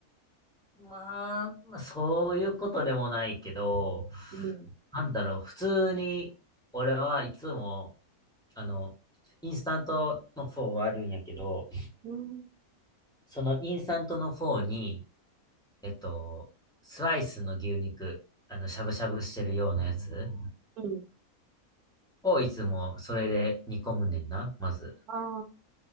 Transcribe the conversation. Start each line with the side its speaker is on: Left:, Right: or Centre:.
Centre: まあ、まあ、そういうことでもないけど、
Right: うん。
Centre: なんだろう、普通に、俺はいつも、あの、インスタントのフォーはあるんやけど、
Right: うん。
Centre: そのインスタントのフォーに、えっと、スライスの牛肉、あの、しゃぶしゃぶしてるようなやつ
Right: うん。
Centre: をいつもそれで煮込むねんな、まず。
Right: あ